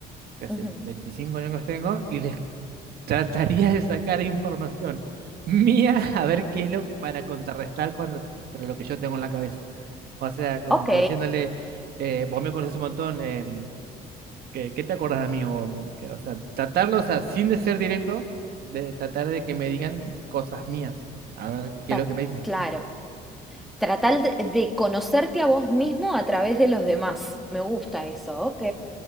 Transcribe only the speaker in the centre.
Ujú.
Ok,
ta-
claro. Tratar de de conocerte a vos mismo a través de los demás. Me gusta eso, ok.